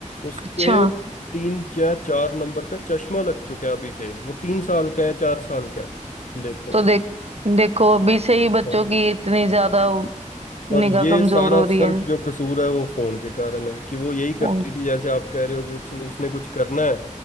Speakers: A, on the left; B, on the right.
A: उसके
B: अच्छा
A: तीन या चार नंबर का चश्मा लग चुका है अभी से वो तीन साल का है चार साल का है देखो
B: तो देख देखो अभी से ही बच्चों
A: हाँ।
B: की इतनी ज्यादा
A: और
B: निगाह
A: ये
B: कमजोर
A: सारा
B: हो रही
A: सिर्फ
B: है
A: जो कसूर है वो फोन के कारण है कि वो यही करती
B: फोन की
A: थी जैसे आप कह रहे हो कि उसने उसने कुछ करना है